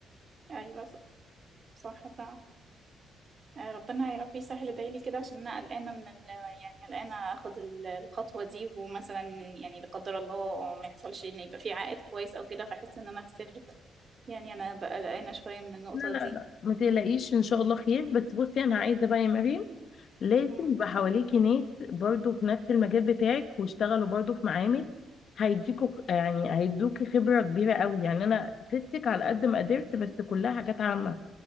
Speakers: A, on the right; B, on the left.
A: ايوه صح صح فعلا آه، ربنا يا رب يسهل ادعيلي كده عشان انا قلقانه من ال... يعني قلقانه اخد ال- الخطوه دي ومثلا يعني لا قدر الله ما يحصلش ان يبقى في عائد كويس او كده فاحس ان انا خسرت يعني انا بقى قلقانه شويه من النقطه
B: لا لا
A: دي
B: لا ما تقلقيش ان شاء الله خير بس بصي انا عايزه بقى يا مريم لازم
A: امم
B: يبقى حواليكي ناس برضو في نفس المجال بتاعك واشتغلوا برضو في معامل هيديكوا خ- يعني هيدوكي خبره كبيره قوي يعني انا فدتك على قد ما قدرت بس كلها حاجات عامه